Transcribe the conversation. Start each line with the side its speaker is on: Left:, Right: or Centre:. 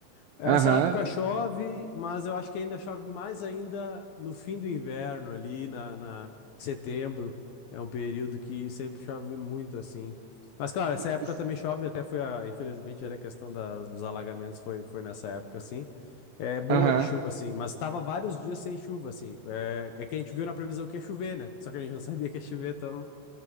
Left: Essa
Right: Aham.
Left: época chove, mas eu acho que ainda chove mais ainda no fim do inverno, ali na, na setembro. É um período que sempre chove muito, assim. Mas, claro, essa época
Right: Isso-
Left: também chove, até foi a, infelizmente, ali a questão das, dos alagamentos foi, foi nessa época, assim. É boa
Right: Aham.
Left: de chuva, assim, mas estava vários dias sem chuva, assim. É, é que a gente viu na previsão que ia chover, né? Só que a gente não sabia que ia chover, então.